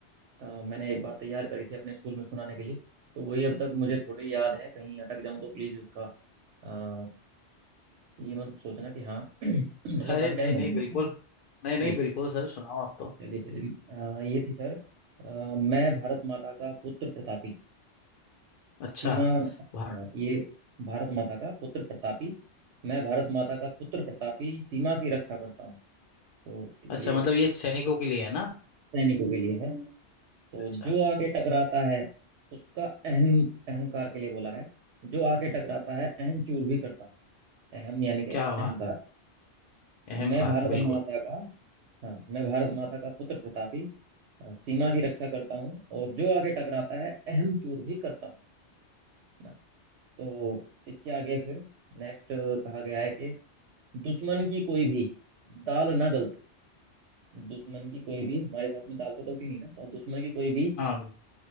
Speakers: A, on the right; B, on the left.
A: अ, मैंने एक बार तैयार करी थी अपने स्कूल में सुनाने के लिए तो वही अब तक मुझे थोड़ी याद है कहीं अटक जाऊं तो प्लीज उसका अ, ये मत सोचना कि हाँ <clears throat> मतलब
B: अरे
A: काफी टाइम
B: नहीं
A: हो
B: नहीं
A: गया मेरे
B: बिल्कुल
A: को ना
B: नहीं नहीं
A: जी
B: बिल्कुल सर सुनाओ आप तो
A: चलिए चलिए अ, ये थी सर अ, मैं भारत माता का पुत्र प्रतापी
B: अच्छा
A: सीमा हाँ
B: भारत
A: ये भारत माता का पुत्र प्रतापी मैं भारत माता का पुत्र प्रतापी सीमा की रक्षा करता हूँ तो ये
B: अच्छा मतलब ये सैनिकों के लिए है ना
A: सैनिकों के लिए है तो
B: अच्छा
A: जो आके टकराता है उसका अहम अहंकार के लिए बोला है जो आके टकराता है अहम चूर भी करता हूँ अहम यानी कि
B: क्या
A: अहंकार
B: बात
A: तो
B: अहम
A: मैं
B: कार
A: भारत
B: बिल्कुल
A: माता का हाँ मैं भारत माता का पुत्र प्रतापी अ, सीमा की रक्षा करता हूँ और जो आगे टकराता है अहम चूर भी करता हूँ ना तो इसके आगे फिर नेक्स्ट कहा गया है कि दुश्मन की कोई भी दाल ना गलती दुश्मन की कोई भी हमारे साथ में दाल तो गलती नहीं ना तो दुश्मन की कोई भी
B: हाँ बिल्कुल।